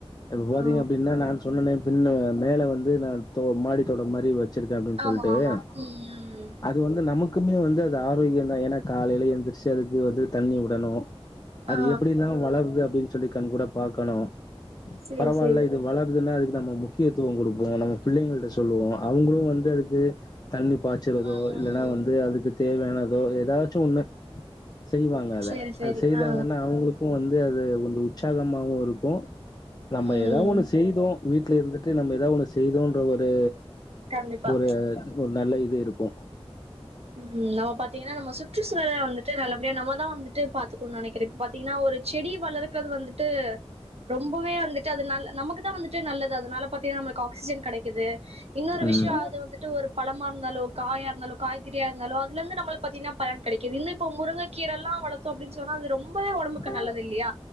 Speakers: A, on the left; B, on the right.
A: இப்ப பாத்தீங்க
B: ஆ
A: அப்டின்னா நா சொன்னனே பின்ன மேல வந்து நா தொ மாடி தொட்டோ மாரி வச் வச்ருகே அப்டின் சொல்ட்டு
B: ஆமா ஆமா
A: அத்
B: ம் ம்
A: அது வந்து நமக்குமே வந்து அது ஆரோக்யோந் தா ஏனா காலைல எந்ரிச்சு அதுக்கு வந்து தண்ணி உடனு அது
B: ஆ
A: எப்டிலா வளர்து அப்டின் சொல்லி கண் கூடா பாக்கணு
B: சேரி
A: பரவால்ல
B: சேரி
A: இது <inaudible> வளர்துன்ன அதுக் தா மு முக்கியத்துவோ குடுபோ நம்ம பிள்ளங்கள்ட சொல்லுவோ அவ்ங்ளு வந்து அதுக்கு தண்ணி பாச் ச்றதோ
B: ம் ம்
A: இல்லனா வந்து அதுக்கு தேவயானதோ எதாச்சு ஒண்ணு செய்வாங்க அத
B: சேரி சேரி
A: அது செய்தாங்ன்னா
B: ஆ
A: அவங்ளுக்கு வந்து அது கொஞ்சோ உச்சாகமாவுருக்கு நம்ம
B: ம்
A: ஏதாவது ஒண்ணு செய்தோ வீட்லருந்துட்டு நம்ம ஏதாவது ஒண்ணு செய்தோன்ற ஒரு
B: கண்டிப்பா
A: ஒரு ஒர் நல்ல இது இருக்கு
B: ம் நம்ம பாத்தீங்னா நம்ம சுற்றுச்சூழல வந்துட்டு நல்லபடியா நம்ம தா வந்துட்டு பாத்துக்குணு நெனக் இப்ப பாத்தீக்னா ஒரு செடி வளரக்றது வந்துட்டு ரொம்போவே வந்துட்டு அது நல்ல நமக்கு தா வந்துட்டு ட்டு நல்லது அதுனால பாத்தீனா நமக்கு ஆக்ஜன் கெடைக்குது இன்னோரு
A: ம்
B: விஷ்யோ அது வந்துட்டு ஒரு பழமார்ந்தாலோ காயார்ந்தாலோ காய் கீரயார்ந்தாலோ அதுலந்து நம்ளுக் பாதிங்னா பலன் கெடைக்கிது இல்லப்போ முருங்ககீரலா வளத்தோ அப்டீன்னு சொன்னா அது ரொம்பவே ஒடம்புக் க்கு
A: ம்
B: நல்லதுல்லியா